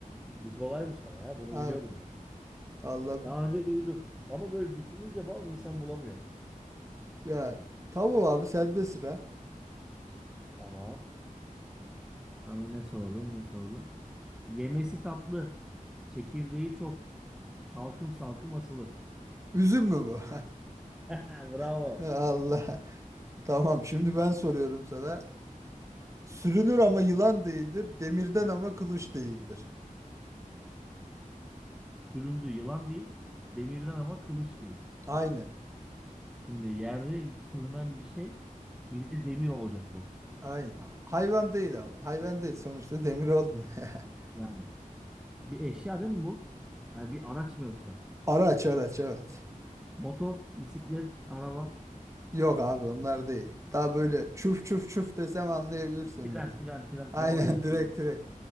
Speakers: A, in the centre; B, on the right (about 20°).
A: Bu kolaymış ama ya, bunu
B: Ha,
A: biliyordum ben.
B: Allah
A: Daha önce duydum. Ama böyle düşününce falan insan bulamıyor.
B: ya tamam abi sende sıra.
A: Tamam. Sana ne soralım, ne soralım? Yemesi tatlı. Çekirdeği çok. Salkım salkım asılı.
B: Üzüm mü bu?
A: <laughs> Bravo.
B: <laughs> Allah. Tamam şimdi ben soruyorum sana. Sürünür ama yılan değildir. Demirden ama kılıç değildir.
A: Süründü yılan değil. Demirden ama kılıç değil.
B: Aynen.
A: Şimdi yerde sürünen bir şey bir de demir olacak bu.
B: Aynen. Hayvan değil ama. Hayvan değil sonuçta demir olmuyor. <laughs>
A: Yani bir eşya değil mi bu? Yani bir araç mı yoksa?
B: Araç araç evet.
A: Motor, bisiklet, araba,
B: Yok abi onlar değil. Daha böyle çuf çuf çuf desem anlayabilirsin
A: tren,
B: belki.
A: tren, tren.
B: Aynen
A: Doğru ya
B: <laughs> direkt
A: tren.
B: direkt.